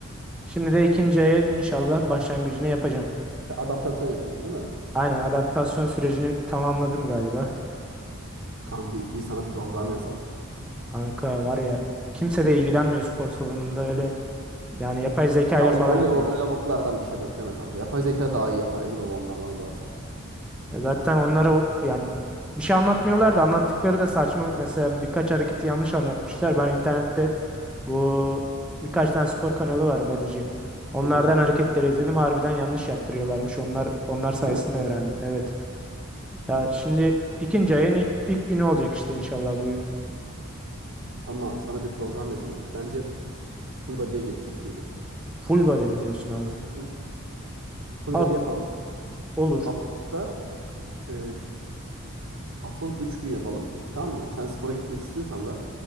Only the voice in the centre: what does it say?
Şimdi de ikinci aya inşallah başlangıcını yapacağım.
Aynen adaptasyon sürecini tamamladım galiba.
Kanka var ya kimse de ilgilenmiyor spor salonunda öyle. Yani yapay zeka
ile
falan
yapıyor.
Ya zaten onlara o- yani bir şey anlatmıyorlar da anlattıkları da saçmalık. Mesela birkaç hareketi yanlış anlatmışlar. Ben internette bu birkaç tane spor kanalı var Badici. Onlardan
hareketleri izledim. Harbiden yanlış yaptırıyorlarmış. Onlar onlar sayesinde
öğrendim. Evet. Ya şimdi ikinci ayın ilk, ilk günü olacak işte inşallah bugün.
Full body diyorsun abi?
Abi
olur.